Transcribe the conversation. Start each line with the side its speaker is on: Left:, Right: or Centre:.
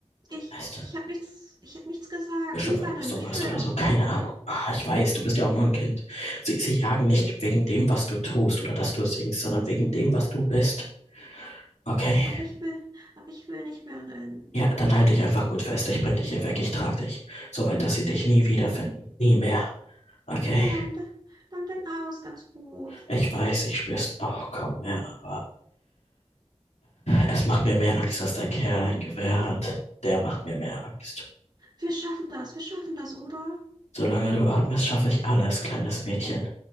Right: ich,
Left: Weißt
Right: ich
Left: du,
Right: habe nichts, ich habe nichts gesagt.
Left: bestimmt,
Right: Niemandem,
Left: weil du gesungen
Right: ich
Left: hast
Right: schwör.
Left: oder so, keine Ahnung. Ah, ich weiß, du bist ja auch nur ein Kind. Sie, sie jagen nicht wegen dem, was du tust oder dass du singst, sondern wegen dem, was du bist. Okay,
Right: Aber ich will, aber ich will nicht mehr rennen.
Left: ja, dann halte dich einfach gut fest. Ich bring dich hier weg, ich trage dich. Soweit, dass sie dich nie wiederfinden. Nie mehr. Okay,
Right: Lahm, de, Lahm, dein Arm ist ganz rot.
Left: ich weiß, ich spür's auch kaum mehr, aber es macht mir mehr Angst, dass der Kerl ein Gewehr hat. Der macht mir mehr Angst.
Right: Wir schaffen das, wir schaffen das, oder?
Left: Solange du atmest, schaffe ich alles, kleines Mädchen.